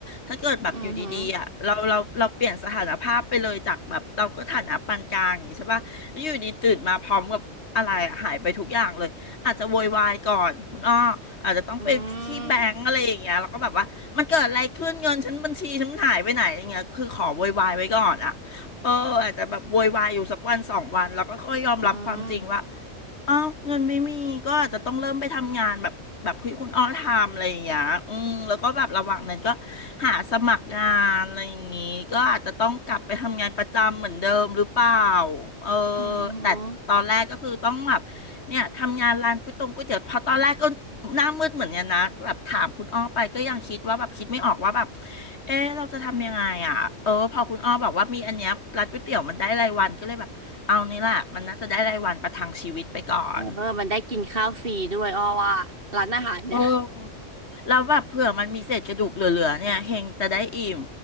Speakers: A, on the left; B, on the right.
A: ถ้าเกิดแบบอยู่ดีๆอ่ะเราเราเราเปลี่ยนสถานภาพไปเลยจากแบบเราก็ฐานะปานกลางอย่างนี้ใช่ป่ะแล้วอยู่ดีตื่นมาพร้อมกับอะไรอะหายไปทุกอย่างเลยอาจจะโวยวายก่อนคุณอ้ออาจจะต้องไปที่แบงก์อะไรอย่างเงี้ยแล้วก็แบบว่ามันเกิดอะไรขึ้นเงินฉันบัญชีฉันมันหายไปไหนอย่างเงี้ยคือขอโวยวายไว้ก่อนอ่ะ
B: อือหืออืม
A: เอออาจจะแบบโวยวายอยู่สักวันสองวันแล้วก็ค่อยยอมรับความจริงว่า
B: อืม
A: อ้าวเงินไม่มีก็อาจจะต้องเริ่มไปทำงานแบบแบบที่คุณอ้อทำอะไรอย่างเงี้ยอืมแล้วก็แบบระหว่างนั้นก็หาสมัครงานอะไรอย่างงี้ก็อาจจะต้องกลับไปทำงานประจำเหมือนเดิมหรือเปล่าเออ
B: อือหือ
A: แต่ตอนแรกก็คือต้องแบบเนี่ยทำงานร้านก๋วยตงก๋วยเตี๋ยวพอตอนแรกก็หน้ามืดเหมือนกันนะแบบถามคุณอ้อไปก็ยังคิดว่าแบบคิดไม่ออกว่าแบบเออเราจะทำยังไงอ่ะเออพอคุณอ้อบอกว่ามีอันเนี้ยร้านก๋วยเตี๋ยวมันได้รายวันก็เลยแบบ เอานี่แหละมันน่าจะได้รายวันประทังชีวิตไปก่อน
B: เออมันได้กินข้าวฟรีด้วยอ้อว่าร้านอาหารเนี่ย
A: เออแล้วแบบเผื่อมันมีเศษกระดูกเหลือๆเนี่ยเฮงจะได้อิ่ม